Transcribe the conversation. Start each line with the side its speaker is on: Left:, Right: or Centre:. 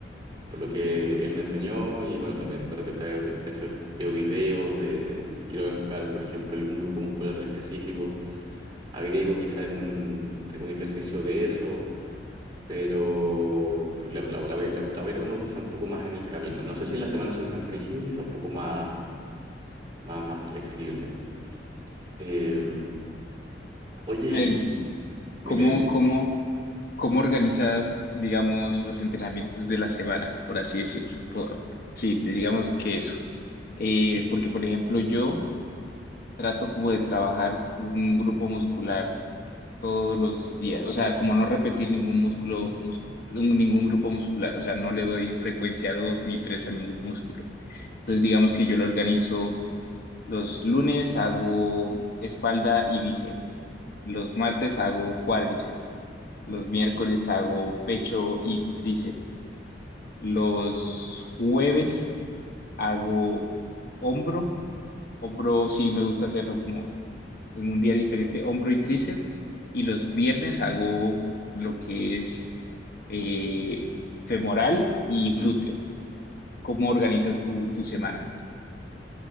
Right: por lo que él me enseñó. Y bueno, también de repente veo, veces veo videos de si quiero enfocar, por ejemplo, algún grupo muscular específico, agrego quizá algún, algún ejercicio de eso. Pero, pero claro, la, la voy, la- la voy armando quizá un poco más en el camino. No sé si en la semana soy tan rígido, quizá un poco más, más, más flexible. Eh, oye, y,
Left: A ver,
Right: y-
Left: ¿cómo,
Right: dime, dime.
Left: cómo? ¿Cómo organizas, digamos, los entrenamientos de la semana, por así decirlo? Por- sí, de- digamos que eso. Eh, porque, por ejemplo, yo trato como de trabajar un grupo muscular todos los días, o sea, como no repetir ningún músculo, mus- un- ningún grupo muscular, o sea, no le doy frecuencia dos ni tres a ningún músculo. Entonces, digamos que yo lo organizo los lunes, hago espalda y bíceps, los martes hago cuádriceps, los miércoles hago pecho y tríceps. Los jueves hago hombro. Hombro sí me gusta hacerlo como en un día diferente, hombro y tríceps. Y los viernes hago lo que es eh, femoral y glúteo. ¿Cómo organizas tu, tu semana?